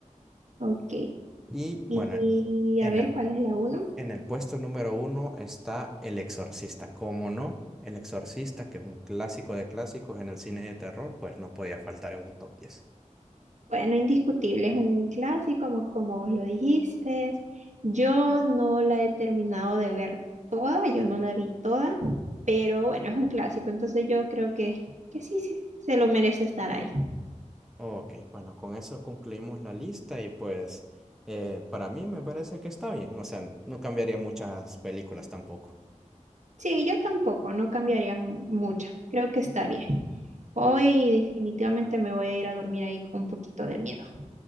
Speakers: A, on the right; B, in the centre.
A: Ok,
B: Y
A: y,
B: bueno,
A: y
B: en
A: a ver,
B: el
A: ¿cuál es la uno?
B: en el puesto número uno está El Exorcista. ¿Cómo no? El Exorcista, que es un clásico de clásicos en el cine de terror, pues no podía faltar en un top diez.
A: Bueno, indiscutible es un clásico, como, como vos lo dijiste. Yo no la he terminado de ver toda, yo no la vi toda, pero bueno, es un clásico, entonces yo creo que, que sí, sí, se lo merece estar ahí.
B: Ok, bueno, con eso concluimos la lista y pues eh, para mí me parece que está bien. O sea, no cambiaría muchas películas tampoco.
A: Sí, yo tampoco, no cambiaría mu- mucho, creo que está bien. Hoy definitivamente me voy a ir a dormir ahí con un poquito de miedo.